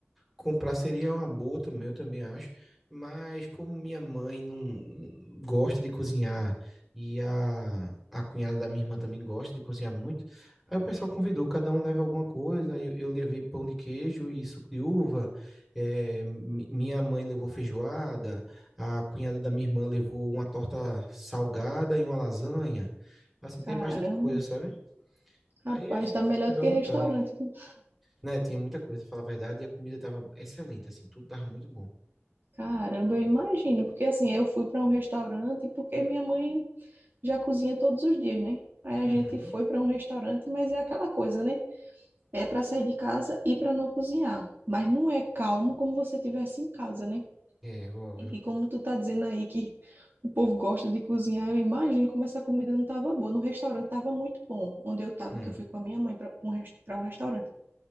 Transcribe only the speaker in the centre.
comprar seria uma boa também, eu também acho. Mas como minha mãe não gosta de cozinhar e a, a cunhada da minha irmã também gosta de cozinhar muito, aí o pessoal convidou, cada um leva alguma coisa. aí Eu, eu levei pão de queijo e suco de uva. é, mi- minha mãe levou feijoada, a cunhada da minha irmã levou uma torta salgada e uma lasanha. Assim, tem
bastante coisa, sabe?
Aí a gente
comeu
à vontade.
Né, tinha muita coisa, pra falar a verdade, e a comida tava excelente, assim, tudo tava muito bom.
Uhum.
É, óbvio.
Hum,